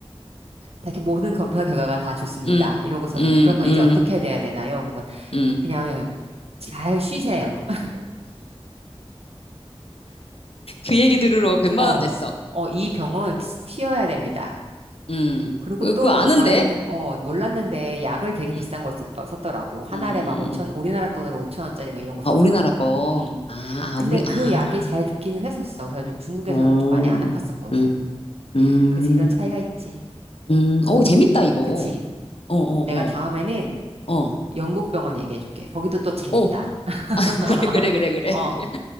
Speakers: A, on the right; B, on the left.
A: 다 이렇게 모든 검사 결과가 다 좋습니다.
B: 응,
A: 이러고서는
B: 응,
A: 그러면
B: 응,
A: 이제 어떻게 돼야 되나요? 그래서
B: 응.
A: 그냥 잘 쉬세요. <laughs>
B: 그 얘기 들으러 백만
A: 어,
B: 원 냈어.
A: 어, 이 병은 푹 쉬어야 됩니다.
B: 음,
A: 그리고
B: 왜
A: 또
B: 그거 아는데?
A: 나는, 어, 몰랐는데 약을 되게
B: 음,
A: 비싼 걸 썼더, 썼더라고. 한
B: 음.
A: 알에 막 오천 우리나라 돈으로 5천 원짜리 막 이런 거
B: 아,
A: 썼더라고.
B: 우리나라 거.
A: 음.
B: 아, 아,
A: 근데
B: 우리,
A: 그
B: 아,
A: 약이 잘 듣기는 했었어. 그래서 좀 중국에서는
B: 어,
A: 좀 많이 안 아팠었거든.
B: 음, 음,
A: 그래서 이런 차이가 있지.
B: 음.
A: 음.
B: 어, 재밌다, 이거.
A: 그치.
B: 어, 어,
A: 내가
B: 어,
A: 다음에는
B: 어,
A: 영국 병원 얘기해 줄게. 거기도 또 재밌다.
B: 어.
A: <laughs>
B: <laughs> 그래, 그래, 그래, 그래.
A: 어.